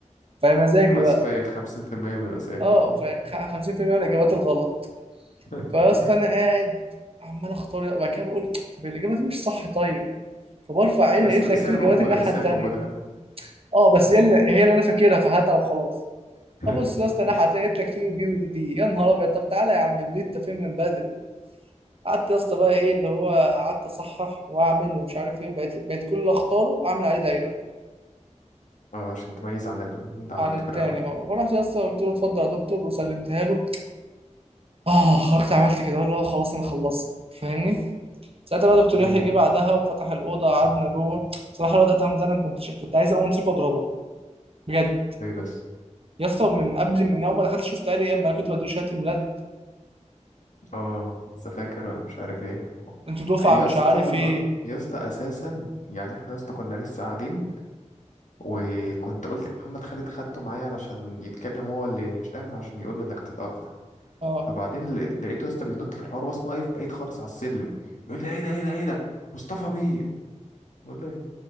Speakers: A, on the right; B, on the left.
A: فمزاجي
B: حذف
A: بقى
B: 50% من الاسئله
A: اه
B: ها.
A: ف 50% من الاجابات الغلط
B: <laughs>
A: فيا اسطى انا قاعد عمال اختار بعد كده بقول طب الاجابه دي مش صح طيب فبرفع عيني
B: بس
A: لقيت
B: بس
A: لك في
B: هي موجوده
A: اجابات الناحيه
B: بس
A: التانيه
B: هي موجوده
A: اه بس
B: هات
A: هي اللي هي اللي انا فاكرها فهاتها وخلاص
B: <laughs>
A: ابص يا اسطى الناحيه التانيه لقيت لك في بي ودي يا نهار ابيض طب تعالى يا عم البيت انت فين من بدري قعدت يا اسطى بقى ايه اللي هو قعدت اصحح واعمل ومش عارف ايه بقيت بقيت كل اللي اختاره اعمل عليه دايره
B: اه عشان تميز عن ال- اللي انت عملته
A: عن التاني
B: في الاول
A: اه فرحت يا اسطى قلت له اتفضل يا دكتور وسلمتها له اه خرجت عملت كده اللي هو خلاص انا خلصت فاهمني ساعتها بقى دكتور
B: مم.
A: يحيى جه بعدها وفتح الاوضه قعدنا جوه بصراحه الواد ادهم ده انا كنت ش... كنت عايز اقوم امسكه واضربه بجد
B: ليه بس
A: يا اسطى من قبل من اول ما دخلت شفت قال لي اما كنت بديله شهاده الميلاد
B: اه لسه فاكر ولا مش عارف ايه
A: انتوا دفعه
B: يا
A: مش
B: اسطى
A: عارف ايه
B: يا اسطى اساسا يعني احنا يا اسطى كنا لسه قاعدين وكنت قلت لمحمد خالد خدته معايا علشان يتكلم هو اللي هشام عشان يقول له انك هتتاخر
A: اه
B: فبعدين ل- لقيته يا اسطى بينط في الحوار واصلا واقف بعيد خالص على السلم بيقول لي ايه ده ايه ده ايه ده مصطفى مين بقول له إيه؟